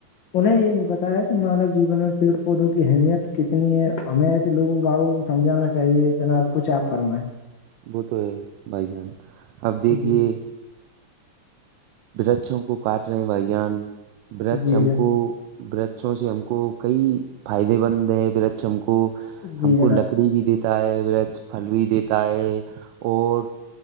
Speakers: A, on the left; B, on the right.
A: انہیں یہ نہیں بتا ہے مانو جیون میں پیڑ پودوں کی اہمیت کتنی ہے ہمیں ایسے لوگوں باگوں کو سمجھانا چاہیے جناب کچھ آپ فرم ہے <unintelligible>
B: وہ تو ہے بائی جان آپ دیکے
A: جی
B: ورچھوں کو کاٹ رہے ہیں بھائی جان ورچھ
A: جی
B: ہم
A: جناب
B: کو برچوں سے ہم کو کئی فائدے مند ہیں ہم کو
A: جی
B: ہم
A: جناب
B: کو لکڑی بھی دیتا ہے پھل بھی دیتا ہے اور